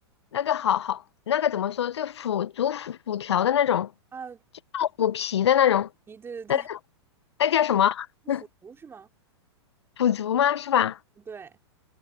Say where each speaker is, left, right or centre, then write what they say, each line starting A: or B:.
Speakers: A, on the left; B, on the right.
A: 那个好好那个怎么说，就腐竹腐腐条的那种，
B: 啊，
A: 就豆腐皮的那种，
B: 咦，对对对，
A: 那那叫什么？<laughs>
B: 腐竹是吗？
A: 腐竹吗？是吧？
B: 对，